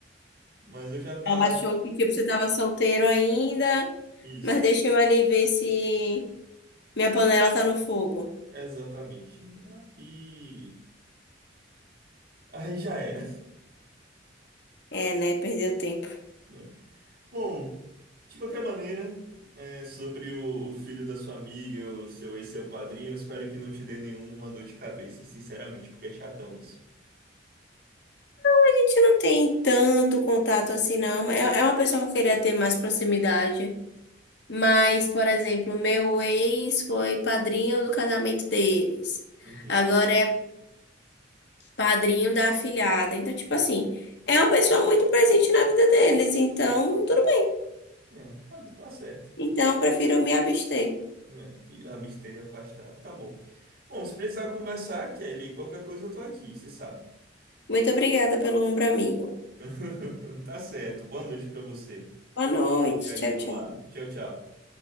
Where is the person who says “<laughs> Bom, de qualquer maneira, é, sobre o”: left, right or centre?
Right